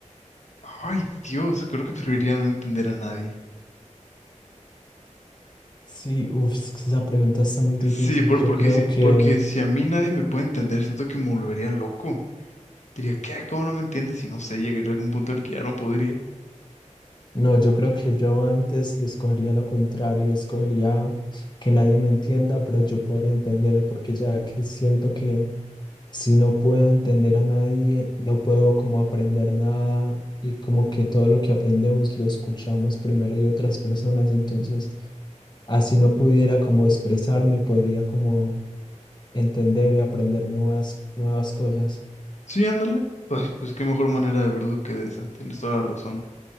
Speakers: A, on the left; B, on the left.
A: Ay, Dios, creo que preferiría no entender a nadie.
B: Sí, uff, esa pregunta está muy difícil.
A: Sí, por-
B: Yo
A: porque
B: creo
A: si,
B: que...
A: porque si a mí nadie me puede entender, siento que me volvería loco. Diría, ¿qué? ¿Cómo no me entiendes? Y no sé, llegaría a algún punto en el que ya no podría.
B: No, yo creo que yo antes escogería lo contrario, escogería que nadie me entienda, pero yo poder entender, porque ya que siento que si no puedo entender a nadie, no puedo como aprender nada y como que todo lo que aprendemos lo escuchamos primero de otras personas, entonces así no pudiera como expresarme, podría como entender y aprender nuevas, nuevas cosas.
A: Sí, ándale. Pues, pues qué mejor manera de verlo que de esa. Tienes toda la razón.